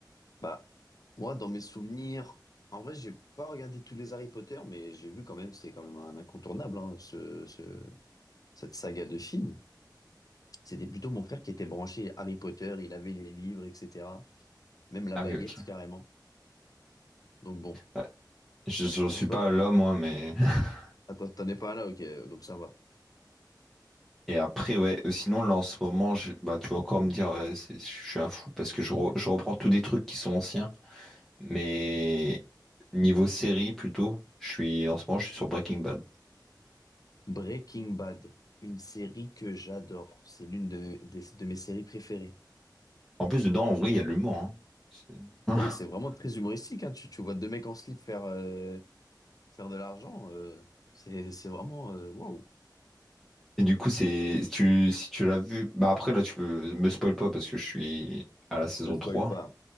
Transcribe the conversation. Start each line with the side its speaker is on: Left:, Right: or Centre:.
Left: Bah, moi, dans mes souvenirs, en vrai, j'ai pas regardé tous les Harry Potter, mais j'ai vu quand même, c'est quand même un incontournable, hein, ce, ce- cette saga de films. C'était plutôt mon frère qui était branché Harry Potter, il avait les livres, etc. Même la
Centre: Ah
Left: baguette,
Centre: oui, ok.
Left: carrément. Donc bon,
Centre: Ouais. Je je
Left: je
Centre: suis
Left: sais
Centre: pas
Left: pas,
Centre: l'homme, moi, mais. <laughs>
Left: attends, t'en es pas là, ok, donc ça va.
Centre: Et après, ouais, euh, sinon, là, en ce moment, je- bah, tu vas encore me dire, euh, c'est- je suis un fou parce que je, re- je reprends tous des trucs qui sont anciens. Mais niveau série plutôt, je suis en ce moment je suis sur Breaking Bad.
Left: Breaking Bad, une série que j'adore. C'est l'une de mes, des- de mes séries préférées.
Centre: En plus dedans en vrai il y a de l'humour hein. C'est- <laughs>
Left: Ouais, c'est vraiment très humoristique, hein. Tu, tu vois deux mecs en slip faire, euh, faire de l'argent. euh, c'est, c'est vraiment, euh, waouh.
Centre: Et du coup c'est si tu si tu l'as vu bah après là tu peux me spoil pas parce que je suis à la saison
Left: Je te spoil
Centre: trois
Left: pas.